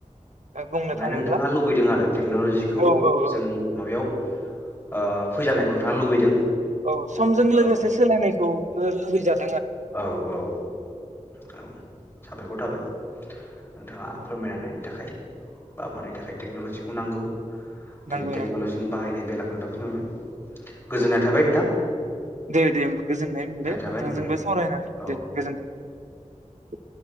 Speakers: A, on the right (about 65°); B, on the left (about 20°).
A: बुंनो
B: माने
A: थाङोब्ला
B: नोंथाङा लुबैदों आरो टेक्न'लजिखौ
A: औ औ औ
B: जोंनि माबायाव ओ फैजानायखौ नोंथाङा लुबैदों।
A: औ समजों लोगोसे
B: औ
A: सोलायनायखौ बो‌ लुगै
B: औ औ औ औ साबायखर थाबाय। नोंथाङा
A: औ
B: फोरमायना होनायनि थाखाय। बा मानि थाखाय टेक्न'लजिखौ नांगौ दिनै
A: नांगौ
B: टेक्न'लजिनि
A: नांगौ
B: बाहायनाय बेला <unintelligible> गोजोननाय थाबाय नोंथां।
A: दे दे गोजोननाय मोनबाय
B: थाबाय
A: नोंथांजोंबो
B: उम
A: सावरायनानै
B: औ
A: दे गोजोन्थों।